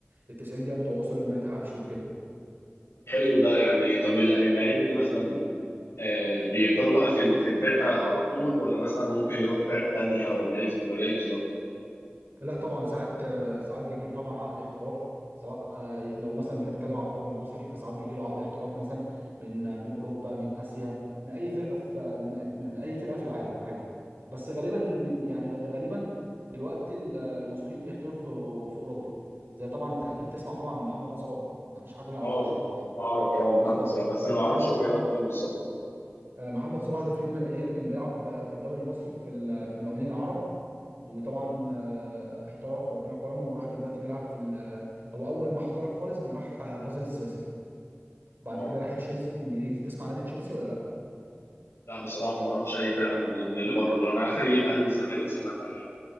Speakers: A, on the right (about 55°); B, on the left (about 85°).
A: ال 90 دقيقه متواصله وما يتعبش وكده
B: طب حلو ده يعني طب اللع- اللعيبة دي مثلا آه، بيفضلوا بقى في ال- في الفرقة على طول ولا مثلا ممكن يروحوا فرقة تانية ولا ايه ولا ايه بالظبط؟
A: لا طبعا ساعات ساعات بيجي له طبعا عقد احتراف سواء آه، لو مثلا بنتكلم على الدوري المصري فساعات بيجي له عقد احتراف مثلا من آه، من اوروبا من اسيا من اي فرقه في من أي- من اي فرقه في العالم عادي بس غالبا من يعني غالبا دلوقتي ال- المصريين بيحترفوا في في اوروبا زي طبعا انت اكيد تسمع طبعا عن محمد صلاح ما فيش حد ما يعرفوش
B: اه
A: يعني
B: اعرف اه محمد
A: بالظبط
B: صلاح بس انا ما
A: محمد
B: اعرفش هو بيلعب فين بالظبط
A: آه، محمد صلاح ده في يوم من الايام كان بيلعب آه، في الدوري المصري في ال- في المقاولين العرب وطبعا آه، احترف وربنا كرمه وراح دلوقتي بيلعب في ال- او اول ما احترف خالص كان راح آه، بازل السويسري بعد
B: اه
A: كده راح تشيلسي الانجليزي تسمع نادي تشيلسي ولا لا
B: لا بصراحة ما اعرفش اي فرقة من من اللي
A: خل-
B: بره دول انا اخري الاهلي والزمالك زي ما انت عارف